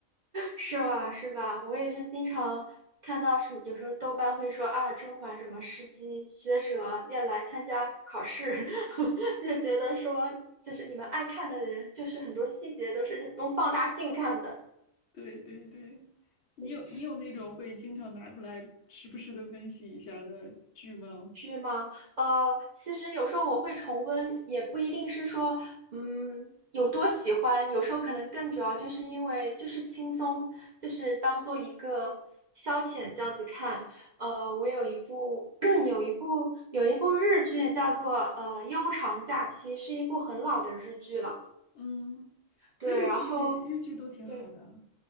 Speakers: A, on the right; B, on the left.
A: 是吧是吧？我也是经常看到什么，有时候豆瓣会说啊，甄嬛什么时机学者要来参加考试，<laughs> 就觉得说就是你们爱看的人，就是很多细节都是用放大镜看的。
B: <laughs> 对对对。你有你有那种会经常拿出来时不时的温习一下的剧吗？
A: 对剧吗？呃，其实有时候我会重温，也不一定是说，嗯，有多喜欢，有时候可能更主要就是因为就是轻松，就是当做一个消遣这样子看。呃，我有一部 <clears throat> 有一部有一部日剧叫做呃《悠长假期》，是一部很老的日剧了。
B: 嗯，
A: 对，
B: 日剧日剧都挺好的。
A: 然后对。